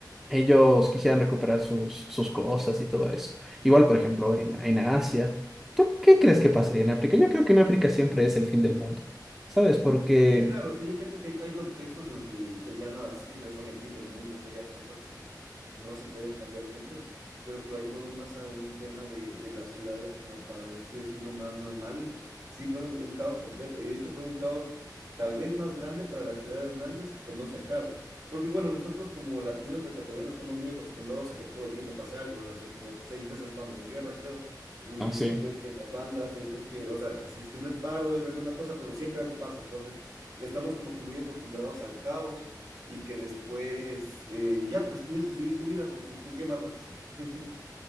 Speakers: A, in the centre; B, on the right.
A: Ellos quisieran recuperar sus, sus cosas y todo eso. Igual, por ejemplo, en, en Asia. ¿Tú qué crees que pasaría en África? Yo creo que en África siempre es el fin del mundo. ¿Sabes? Porque,
B: Sí, claro, o sea, yo cacho que hay, hay contextos en los que pues ya nada, siempre son el fin del mundo, eso ya son cosas que, que no se pueden cambiar mucho, pero claro, yo me voy más a un tema de, de las ciudades como para así decirlo más normales, sí fueron un caos completo y de hecho fueron un caos tal vez más grande para las ciudades grandes que no se acaba, porque bueno, nosotros como latinos ecuatorianos estamos muy acostumbrados a que todo el tiempo pase algo, o sea, hace como seis meses estamos en guerra, creo. Y
A: no sé,
B: después que las bandas, y después que, o sea, si es que no es paro, es alguna cosa, pero siempre algo pasa. Entonces, ya estamos como que muy acostumbrados al caos y que después eh, ya pues tienes que seguir tu vida porque pues, ¿qué más vas a hacer? <laughs>